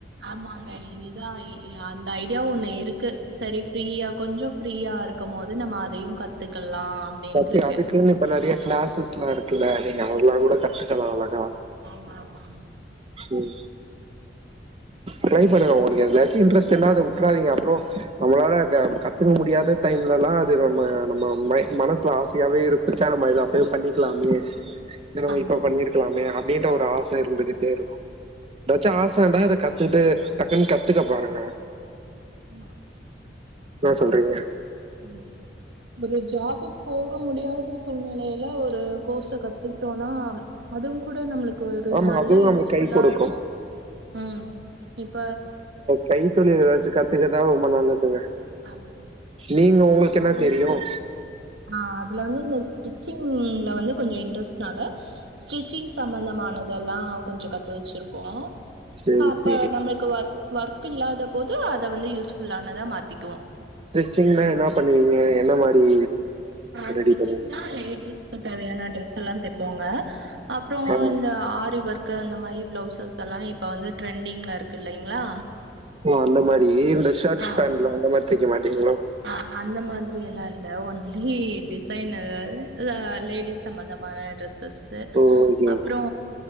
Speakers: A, on the right; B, on the right.
A: ஆமாங்க இனிதா இ அந்த ஐடியாவு ஒண்ணு இருக்கு சரி ஃப்ரீயா கொஞ்சம் ஃப்ரீயா இருக்கும் போது நம்ம அதையு கத்துக்கலா அப்டின்ட்டு
B: கத்து
A: இருக்கே
B: அதுக்குன்னு இப்ப நெறைய கிளாஸஸ்ல்லா இருக்குல்ல நீங்க அதெல்லா கூட கத்துக்கலா அழகா
A: ஆமா ஆமா
B: ம் ட்ரை பண்ணுங்க உங்ளுக்கு எதிலியாச்சு இன்டரஸ்ட்டு இருந்தா அத உட்றாதீங்க அப்றோ நம்மளால க கத்துக்க முடியாது டைம்ல எல்லா அது நம்ம நம்ம மை மனசுல ஆசையாவே இருக்குச்சா நம்ம எது அப்பயே பண்ணிக்கலாமே நம்ம
A: ஆமா
B: இப்ப
A: ஆமா
B: பண்ணிருக்கலாமே அப்டின்ற ஒரு ஆச இருந்துகிட்டே இருக்கு ஏதாச்சு ஆசன்டா அத கத் த்துட்டு டக்குன்னு கத்துக்க பாருங்க
A: ஆமா
B: இன்னா சொல்றீங்க
A: ம் ஒரு ஜாப்க்கு போக முடியாத சூழ்நிலைல ஒரு கோர்ஸ கத்துட்டோன்னா அதுவு கூட நம்ளுக்கு ஒரு
B: ஆமா,
A: நல்ல
B: அதுவும் நமக்கு
A: யூஸ்புல்லா
B: கை குடுக்கும்.
A: இருக்கு ம் இப்ப
B: கைத் தொழில் ஏதாச்சு கத்துக்கதா ரொம்ப நல்லதுங்க
A: ஆமாங்க
B: நீங்க உங்களுக்கு
A: அதுல
B: என்ன
A: வந்து
B: தெரியும்?
A: ஆ அதுல வந்து இந்த ஸ்டிச்சிங்ல வந்து கொஞ்சம இன்ட்ரெஸ்ட்னால ஸ்டிச்சிங் சம்மந்தமானதெல்லா கொஞ்சோ கத்து வச்சிருக்கோ
B: சரி,
A: அப்ப
B: சரி.
A: நம்மளுக்கு ஒர்க் ஒர்க் இல்லாத போது அத வந்து யூஸ்புல்லானதா மாத்தி க்குவோ
B: ஸ்ட்ரிச்சிங்னா என்ன பண்ணுவீங்க என்ன மாரி
A: ஆ
B: ரெடி
A: ஸ்டிச்சிங்னா
B: பண்ணுவீங்க
A: லேடிஸ்க்கு தேவையான ட்ரெஸ் எல்லா தெப்போங்க அப்றோ
B: ஆ
A: இந்த ஆரி ஒர்க் கு அந்த மாதிரி பிளவுசஸ் எல்லா இப்ப வந்து ட்ரெண்டிங்ல இருக்கு இல்லைங்களா
B: ஓ அந்த மாரி இந்த ஷர்ட்
A: ஆ
B: பேண்ட்லா அந்த மாரி தைக்க மாட்டீங்களோ
A: ஆ அந்த மாதிரி எல்லா இல்ல ஒன்லி டிசைன் அதாவது லேடிஸ் சம்மந்தமான ட்ரெஸ்ஸஸ்
B: ஓ ஓகே
A: அப்றோ
B: ஓகே